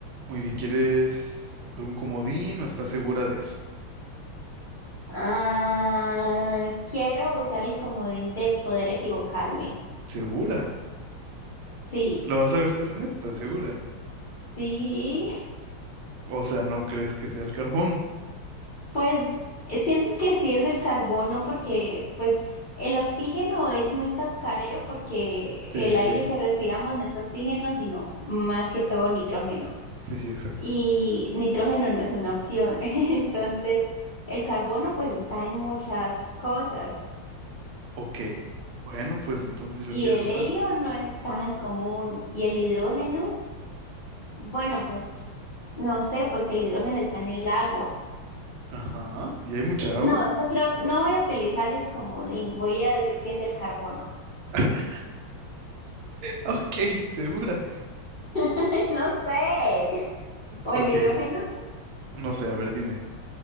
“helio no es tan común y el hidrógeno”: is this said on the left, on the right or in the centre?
Left